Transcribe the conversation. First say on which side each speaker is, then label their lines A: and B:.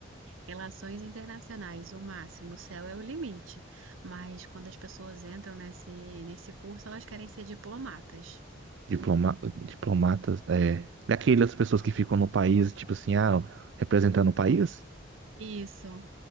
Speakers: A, on the right; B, on the right.
A: relações internacionais, o máximo, o céu é o limite. Mas quando as pessoas entram nesse, nesse curso, elas querem ser diplomatas.
B: diploma, diplomatas, é, daquelas pessoas que ficam no país, tipo assim, ah, representando o país?
A: Isso,